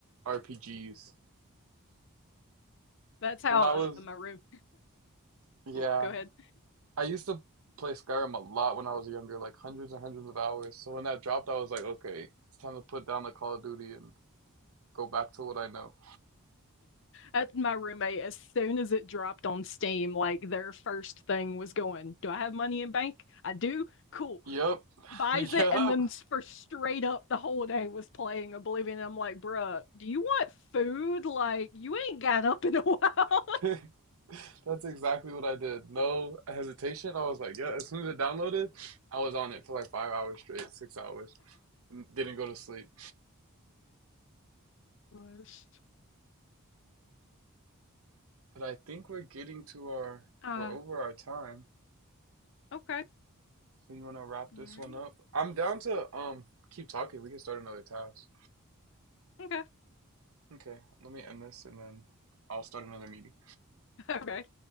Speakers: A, on the right; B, on the left.
A: RPGs.
B: That's how
A: When I was,
B: uh, my room.
A: yeah,
B: Oh, go ahead.
A: I used to play Skyrim a lot when I was younger, like hundreds and hundreds of hours. So when that dropped, I was like, okay, it's time to put down the Call of Duty and go back to what I know.
B: at my roommate as soon as it dropped on Steam, like their first thing was going, Do I have money in bank? I do. Cool.
A: <laughs> yep,
B: Buys
A: yep.
B: it and then for straight up the whole day was playing Oblivion. And I'm like, bruh, do you want food? Like you ain't got up in a while.
A: <laughs> That's exactly what I did. No hesitation. I was like, yeah, as soon as it downloaded, I was on it for like five hours straight, six hours. Didn't go to sleep.
B: <laughs> Gosh.
A: But I think we're getting to our
B: Uh,
A: we're over our time.
B: okay.
A: So you want to wrap
B: All
A: this
B: right.
A: one up? I'm down to um keep talking. We can start another task.
B: Okay. <laughs>
A: Okay, let me end this and then I'll start another meeting.
B: Okay.